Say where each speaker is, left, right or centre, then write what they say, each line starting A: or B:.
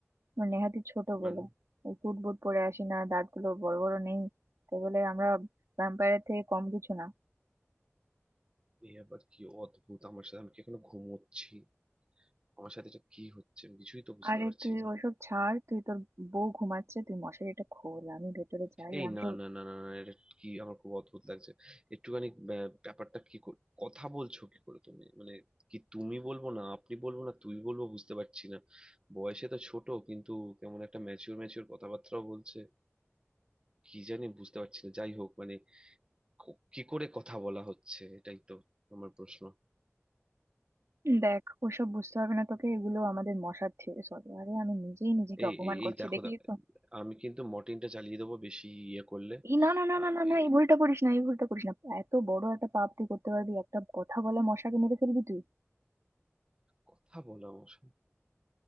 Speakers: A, on the right; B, on the right.
A: আমরা নেহাতি ছোট
B: মানে
A: বলে ওই কুট বুট পরে আসি না দাঁতগুলো বড় বড় নেই তাই বলে আমরা ভ্যাম্পায়ারের থেকে কম কিছু না
B: এই আবার কি অদ্ভুত আমার সাথে আমি কি এখনো ঘুমোচ্ছি আমার সাথে এটা কি হচ্ছে আমি কিছুই তো বুঝতে
A: আরে
B: পারছি
A: তুই
B: না
A: ওইসব ছাড় তুই তোর বউ ঘুমাচ্ছে তুই মশারিটা খোল আমি ভেতরে যাই
B: এই
A: আমি
B: না না না না না এটা কি আমার খুব অদ্ভুত লাগছে একটুখানি ব্যা- ব্যাপারটা কি কর- কথা বলছো কি করে তুমি মানে কি তুমি বলবো না আপনি বলবো না তুই বলবো বুঝতে পারছি না বয়সে তো ছোট কিন্তু কেমন একটা ম্যাচিওর ম্যাচিওর কথাবার্তাও বলছে কি জানি বুঝতে পারছি না যাই হোক মানে ক- কি করে কথা বলা হচ্ছে এটাই তো আমার প্রশ্ন
A: দেখ ওসব বুঝতে হবে না তোকে এগুলো আমাদের মশার থিওরি সরি আরে আমি নিজেই নিজেকে
B: এই
A: অপমান
B: এই
A: করছি
B: এই দেখো
A: দেখলি
B: দা-
A: তো
B: আমি কিন্তু মর্টিনটা চালিয়ে দেবো বেশি ইয়ে করলে
A: এই না না না
B: আহ,
A: না না না
B: এই
A: এই ভুলটা করিস না এই ভুলটা করিস না এত বড় একটা পাপ তুই করতে পারবি একটা কথা বলে মশাকে মেরে ফেলবি তুই
B: কথা বলা আমার সাথে।